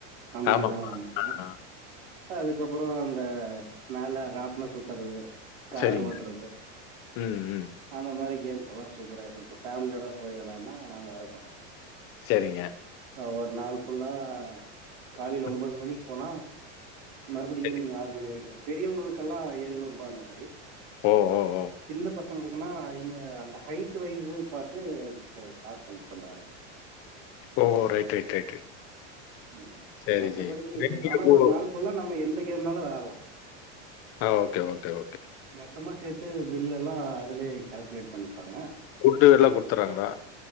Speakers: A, on the right; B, on the left.
A: அந்த
B: ஆமாமா.
A: மாரில்லா வந்தோ
B: ஆ.
A: அதுக்கப்புறோ அந்த மேல்ல ராட்னோ சுத்துறது கார்
B: சரிங்க.
A: ஓட்றது
B: ம், ம்.
A: அந்த மாரி கேம்ஸ்ல்லா சூப்பரா இருந்ச்சு ஃபேமிலியோட போய் வெளாடுன்னா நல்லாருக்கு
B: செரிங்க
A: ஆ ஒரு நாள் ஃபுல்லா காலைல ஒம்போது
B: ம்.
A: மணிக்கு போனா மறுபடியு
B: சரி.
A: ஈவினிங் ஆறு மணி வரைக்கு பெரியவங்களுக்கெல்லா ஏழ்நூறுபா அந்த மாரி
B: ஓ ஒ ஒ
A: சின்ன பசங்களுக்குனா அய்ன அந்த ஹைட்டு வைஸ்சு பாத்து க காசு கலெக்ட் பண்றாங்க
B: ஓ ரைட் ரைட் ரைட்டு
A: ம்
B: சரி,
A: மத்தபடிக்கி
B: சரி.
A: ஆனா
B: ஓ.
A: ஒரு நாள் ஃபுல்லா நம்ம எந்த கேம்னாலு வெளையாடலா
B: ஆ ஓகே ஓகே ஓகே
A: மொத்தமா சேர்த்து பில் எல்லா அதுலே கால்குலேட் பண்ணிப்பாங்க
B: ஃபுட்டு எல்லா குடுத்தறாங்களா